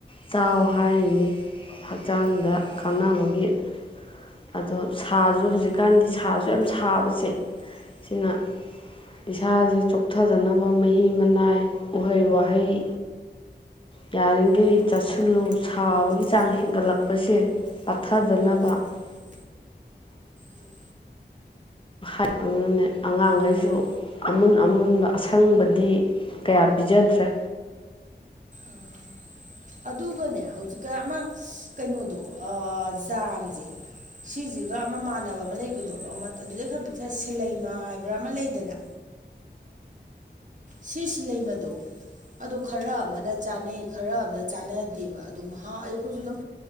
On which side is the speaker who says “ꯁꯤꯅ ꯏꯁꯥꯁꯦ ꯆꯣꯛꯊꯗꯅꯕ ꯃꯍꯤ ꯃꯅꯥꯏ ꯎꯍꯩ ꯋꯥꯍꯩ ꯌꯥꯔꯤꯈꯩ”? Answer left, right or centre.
Left